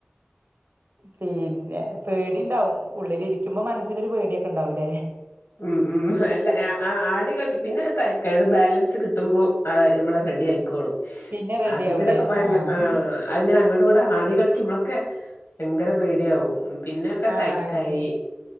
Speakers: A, on the right; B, on the left.
A: പിന്നെ പേടിണ്ടാവും ഉള്ളിലിരിക്കുമ്പോ മനസ്സിലൊരു പേടിയൊക്കെ ഉണ്ടാവും ല്ലേ?
B: ഉം ഉം അല്ല ആടി കേൾക്ക പിന്നെ തക്കടെ ബാലൻസ് കിട്ടുമ്പോ എ മ്മള് റെഡിയായിക്കോളും.
A: പിന്നെ റെഡി
B: അതിതിലൊക്കെ
A: ആവൂലേ
B: ഭയങ്കര
A: ആഹ്
B: ആ് അതിങ്ങനെ അങ്ങോടും ഇങ്ങോടും ആടി കളിക്കുമ്പോളൊക്കെ. ഭങ്കര പേടിയാവും പിന്നെക്കെ
A: ആഹ്
B: തയക്കായി.
A: അയ് ശരി